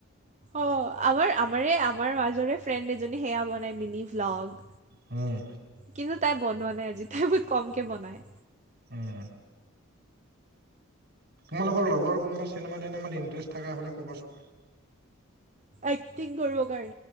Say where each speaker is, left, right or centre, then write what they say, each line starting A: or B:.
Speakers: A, on the right; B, on the right.
A: অ', আমাৰ আমাৰে আমাৰ মাজৰে ফ্ৰেণ্ড এজনী সেয়া বনাই মিনি ভ্লগ।
B: হয়।
A: কিন্তু তাই বনোৱা নাই আজি, তাই বহুত কমকে বনায়।
B: উম। তোমালোকৰ লগৰ কোনোবা চিনেমা তিনেমাত ইণ্টাৰেষ্ট থাকা হ'লে ক'বাচোন?
A: এক্টিং কৰিব কাৰণে।